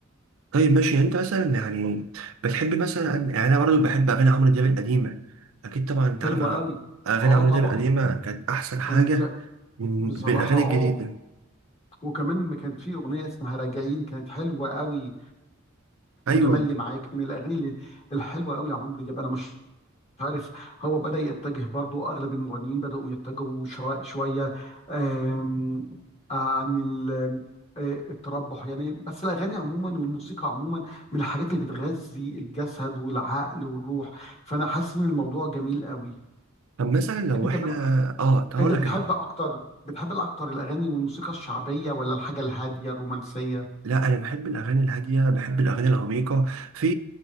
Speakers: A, on the right; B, on the left.
A: طيب ماشي يعني انت مثلا يعني بتحب مثلا يعني انا برضه بحب اغاني عمرو دياب القديمه اكيد طبعا انت
B: حلوه
A: عارف
B: قوي
A: اغاني
B: اه
A: عمرو
B: طبعا
A: دياب القديمه كانت احسن حاجه
B: كانت جا...
A: من
B: بصراحه
A: بالاغاني
B: اه
A: الجديده
B: وكمان لما كانت في اغنيه اسمها راجعين كانت حلوه قوي
A: ايوه
B: وتملي معاك من الاغاني اللي- الحلوه قوي لعمرو دياب انا مش مش عارف هو بدأ يتجه برضو أغلب المغنيين بدأوا يتجهوا شو- شوية آم، عن ال- آه، التربح يعني بس الأغاني عموما والموسيقى عموما من الحاجات اللي بتغذي الجسد والعقل والروح فأنا حاسس إن الموضوع جميل قوي
A: طب مثلا لو
B: أنت
A: احنا
B: بقى
A: اه طب
B: أنت
A: هقول
B: بتحب
A: لك انا
B: أكتر بتحب الأكتر الأغاني والموسيقى الشعبية ولا الحاجة الهادية الرومانسية
A: لا انا بحب الاغاني الهاديه بحب الاغاني العميقه في